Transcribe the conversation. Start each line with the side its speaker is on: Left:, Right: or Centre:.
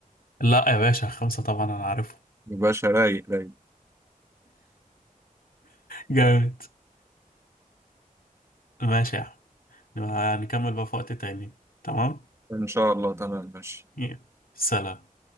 Left: لا يا باشا خمسة طبعا انا عارفه
Right: يبقى رايق رايق
Left: جامد ماشي يا عم نبقى هنكمل بقى في وقت تاني تمام
Right: إن شاء الله تمام ماشي
Left: يلا. سلام